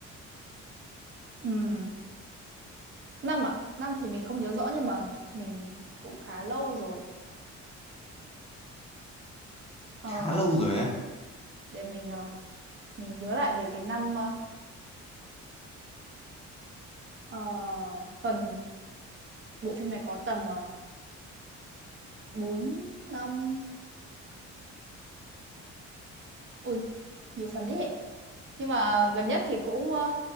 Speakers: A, on the right; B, on the left.
A: Ừm, năm à năm thì mình không nhớ rõ nhưng mà mình cũng khá lâu rồi ờ,
B: Khá lâu rồi á.
A: để mình ờ, mình nhớ lại về cái năm ờ, ờ, phần bộ phim này có tầm ờ, bốn năm ui nhiều phần ấy nhỉ nhưng mà gần nhất thì cũng ờ,